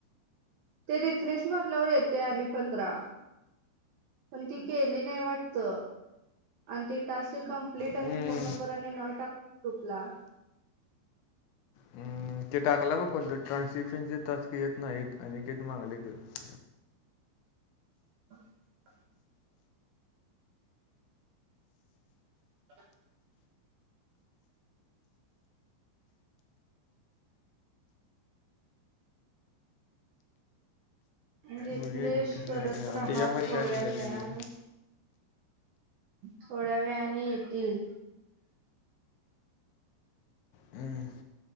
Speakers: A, on the right; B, on the left.
A: ते रिफ्रेश मारल्यावर येत्या आणि पंधरा. पण ती केली नाही वाटत. आणि ते टास्क कम्प्लीट आणि
B: हम्म,
A: फोन नंबर आणि नाव टाका ग्रुपला.
B: हम्म, ते टाकला बघ कोणी तरी ट्रान्स्क्रिप्शनचे टास्क येत नाहीत आणि ते तुम्हाला देतात.
A: <inaudible> <unintelligible> <unintelligible> रिफ्रेश
B: बघूया की कसं
A: करत
B: काय काय आणि
A: रहा
B: त्याच्यामध्ये
A: थोड्या
B: काय सांगितलं
A: वेळाने
B: त्यांनी
A: थोड्या वेळाने येतील.
B: हम्म,